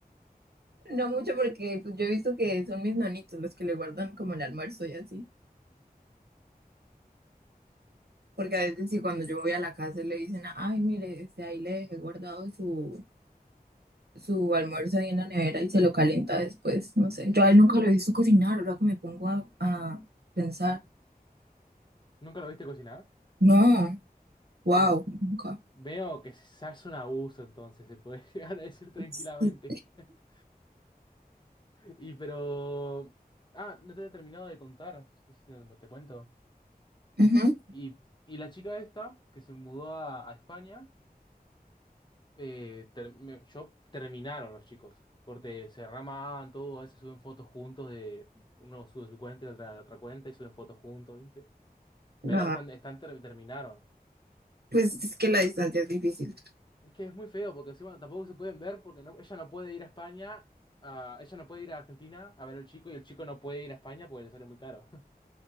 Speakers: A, on the right (about 80°); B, on the left (about 30°).
A: No mucho porque pues, yo he visto que son mis nonitos los que le guardan como el almuerzo y así. Porque a veces si cuando yo voy a la casa le dicen, ay, mire, este, ahí le dejé guardado su, su almuerzo ahí en la nevera y se lo calienta después. No sé, yo a él nunca lo he visto cocinar, ahora que me pongo a, a pensar.
B: ¿Nunca lo viste cocinar?
A: No, wow,
B: Bueno,
A: nunca.
B: veo que se hace un abuso entonces, se puede <laughs> llegar a decir tranquilamente.
A: Sí.
B: <laughs> Y pero... Ah, no te he terminado de contar, no sé si te, te cuento.
A: Ujú.
B: Y, y la chica esta, que se mudó a, a España, eh, ter- me- yo terminaron los chicos. Corte, se ramaban todo, a veces suben fotos juntos de... Uno sube su cuenta y la otra, la otra cuenta y suben fotos juntos, ¿viste? Pero
A: Ah,
B: están, están ter- terminaron.
A: pues es que la distancia es difícil.
B: Es que es muy feo porque encima tampoco se pueden ver porque no, ella no puede ir a España, ah, ella no puede ir a Argentina a ver al chico y el chico no puede ir a España porque le sale muy caro. <laughs>